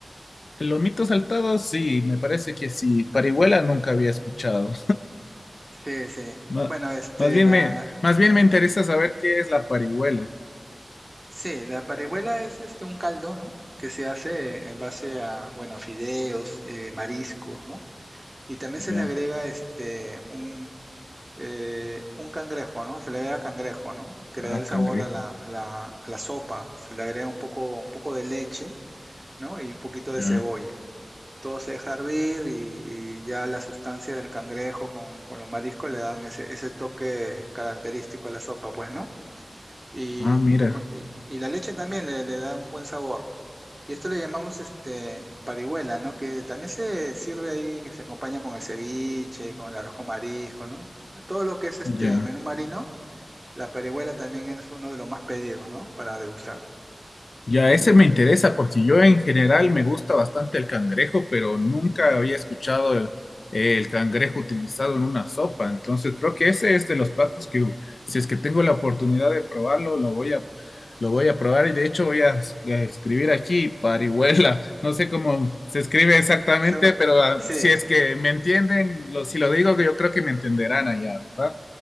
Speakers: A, on the left; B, on the right.
A: El lomito saltado, sí, me parece que sí. Parihuela nunca había escuchado.
B: Sí, sí.
A: Ma-
B: Bueno, este,
A: Más, bien
B: la,
A: me, más bien me interesa saber qué es la parihuela.
B: Sí, la parihuela es este un caldo, ¿no? Que se hace en base a, bueno, fideos, eh, mariscos, ¿no? Y también
A: Ya.
B: se le agrega este un, eh, un cangrejo, ¿no? Se le agrega cangrejo, ¿no? Que
A: Ah,
B: le da el
A: cangrejo.
B: sabor a la, a la, a la sopa. Se le agrega un poco, un poco de leche, ¿no? Y un poquito de
A: Ya.
B: cebolla. Todo se deja hervir y, y ya la sustancia del cangrejo con, con los mariscos le dan ese, ese toque característico a la sopa, pues, ¿no? Y,
A: Ah, mira.
B: y co- y- y la leche también le, le da un buen sabor. Y esto le llamamos este parihuela, ¿no? Que también se sirve ahí, que se acompaña con el ceviche, con el arroz con marisco, ¿no? Todo lo que es este
A: Ya.
B: menú marino, la parihuela también es uno de los más pedidos, ¿no? Para degustar.
A: Ya ese me interesa porque yo en general me gusta bastante el cangrejo, pero nunca había escuchado el, el cangrejo utilizado en una sopa. Entonces creo que ese es de los platos que si es que tengo la oportunidad de probarlo, lo voy a, lo voy a probar y de hecho voy a, s- a escribir aquí parihuela. <laughs> No sé cómo se escribe exactamente,
B: So-
A: pero ah,
B: sí,
A: si es que me entienden, lo- si lo digo, yo creo que me entenderán allá, ¿verdad?